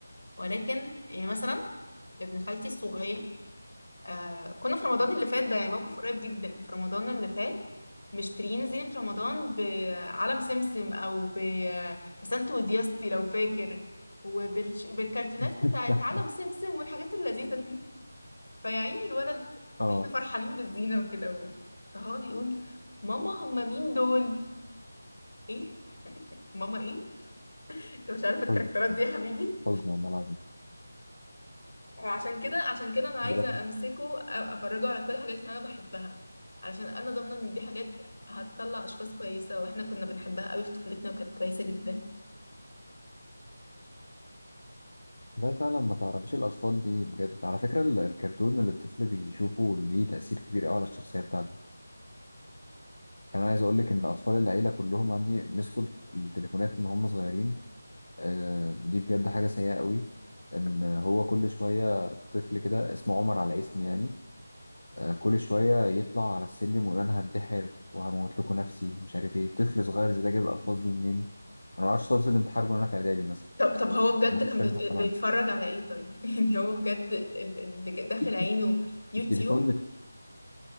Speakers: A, on the left; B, on the left.
A: ولكن يعني مثلا ابن خالتي الصغير آه كنا في رمضان اللي فات ده يعني موقف قريب جدا في رمضان اللي فات مشترين زينة رمضان بعلم سمسم أو ب- بسنت ودياستي لو فاكر وبالكرتونات
B: <laughs>
A: بتاعت علم سمسم والحاجات اللذيذة دي فيا عيني الولد
B: اه
A: احنا فرحانين بالزينة وكده و- فهو بيقول ماما هم مين دول؟ ايه؟ ماما ايه؟ انت مش عارف الكاركترات
B: حزن
A: دي يا حبيبي؟
B: حزن والله العظيم
A: وعشان كده عشان كده انا عايزة
B: بجد
A: امسكه أ- افرجه على كل الحاجات اللي انا بحبها علشان انا ضامنة ان دي حاجات هتطلع اشخاص كويسة واحنا كنا بنحبها قوي في طفولتنا وكانت كويسة جدا
B: والله فعلا ما تعرفيش الأطفال دي بجد على فكرة ال- الكرتون اللي الطفل بيشوفه ليه تأثير كبير أوي على الشخصية بتاعته كان عايز اقول لك ان اطفال العيله كلهم عندي مسكوا التليفونات من هم صغيرين آه، دي بجد حاجه سيئه قوي ان هو كل شويه طفل كده اسمه عمر على اسمي يعني آه، كل شويه يطلع على السلم ويقول انا هنتحر وهموت لكم نفسي مش عارف ايه طفل صغير زي ده جاب الالفاظ دي منين انا ما اعرفش لفظ الانتحار وانا في اعدادي مثلا
A: طب طب هو بجد
B: ما كنتش
A: كان
B: فاهم
A: بيت-
B: حتى معنى
A: بيتفرج على ايه طيب <laughs> يعني هو بجد ال- ال- اللي داخل
B: تيك
A: عينه
B: توكس
A: يوتيوب
B: التليفون بت...